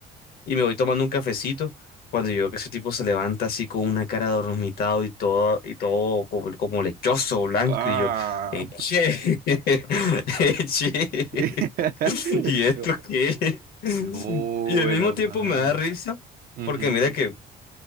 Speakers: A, on the left (about 65°); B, on the right (about 60°).
A: y me voy tomando un cafecito. Cuando yo veo que ese tipo se levanta así con una cara dormitado y todo, y todo como, como lechoso, blanco,
B: Ah.
A: y yo, eh, che, <laughs> eh, che,
B: <laughs>
A: <laughs> ¿y esto
B: No,
A: qué? <laughs>
B: no,
A: Y al
B: hermano.
A: mismo tiempo me da risa,
B: Ujú,
A: porque
B: ujú.
A: mira que